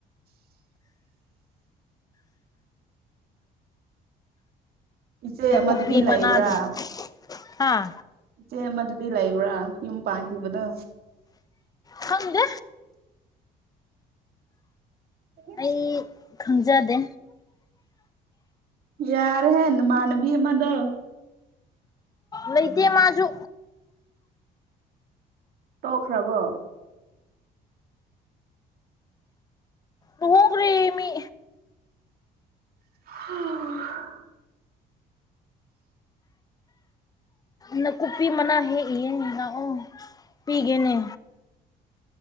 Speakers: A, on the right; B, on the left.
A: <unintelligible> ꯏꯆꯦ ꯑꯃꯗꯨꯗꯤ
B: ꯎꯐꯤ ꯃꯅꯥ
A: ꯂꯩꯕ꯭ꯔꯥ
B: ꯑꯗꯨ ꯍꯥꯥ
A: ꯏꯆꯦ ꯑꯃꯗꯨꯗꯤ ꯂꯩꯕ꯭ꯔꯥ ꯌꯨꯝ ꯄꯥꯟꯈꯤꯕꯗꯣ
B: ꯍꯪꯗ
A: ꯑꯣ
B: ꯑꯩ ꯈꯪꯖꯗꯦ
A: ꯌꯥꯔ ꯍꯥꯏꯅꯃꯅꯕꯤ ꯃꯗ
B: ꯃꯗꯤꯃꯁꯨ
A: ꯇꯧꯈ꯭ꯔꯕꯣ
B: ꯇꯣꯡꯒ꯭ꯔꯦꯃꯤ
A: ꯑꯣ
B: ꯅꯥꯀꯨꯞꯄꯤ ꯃꯅꯥ ꯍꯦꯛꯏꯌꯦ ꯂꯥꯛꯑꯣ ꯄꯤꯒꯦꯅꯦ